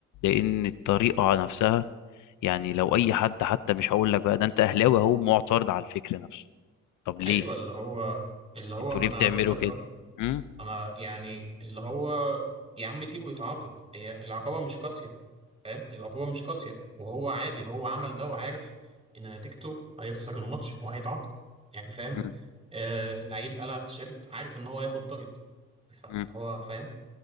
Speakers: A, on the left; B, on the right.
A: لان الطريقه نفسها يعني لو اي حد حتى مش هقول لك بقى ده انت اهلاوي اهو معترض على الفكر نفسه طب ليه
B: ايوه اللي هو اللي هو
A: انتوا
B: ما
A: ليه
B: انا
A: بتعملوا
B: هقول لك
A: كده
B: اه
A: امم
B: انا يعني اللي هو يا عم سيبه يتعاقب هي العقابه مش قاسيه فاهم العقوبه مش قاسيه وهو عادي هو عمل ده وعارف ان نتيجته هيخسر الماتش وهيتعاقب يعني فاهم
A: امم
B: آه لعيب قلع التيشيرت عارف ان هو هياخد طرد فهو
A: امم
B: فاهم